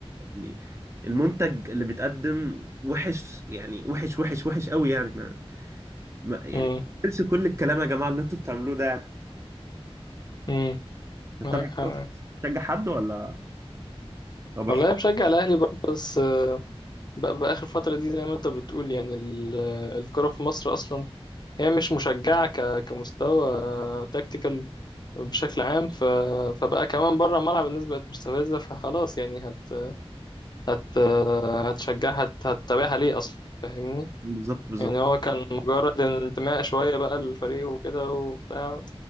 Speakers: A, on the right; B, on the left.
A: يعني المنتج اللي بيتقدم وحش يعني وحش وحش وحش قوي يعني ما ما- يعني
B: مم.
A: تنسوا كل الكلام يا جماعة اللي انتوا بتعملوه ده يعني
B: مم.
A: انت
B: معاك
A: طبعا بتروح
B: حق
A: تشجع حد ولا آه، برشلونة
B: والله أنا بشجع الأهلي برضه بس بقى بقى آخر فترة دي زي ما أنت بتقول يعني ال- الكرة في مصر أصلا هي مش مشجعة ك- كمستوى تكتيكال بشكل عام ف... فبقى كمان بره الملعب الناس بقت مستفزة فخلاص يعني هت... هت... هتشجعها هت... هتتابعها ليه أصلا فاهمني
A: بالظبط بالظبط
B: يعني هو كان مجرد انتماء شوية بقى للفريق وكده وبتاع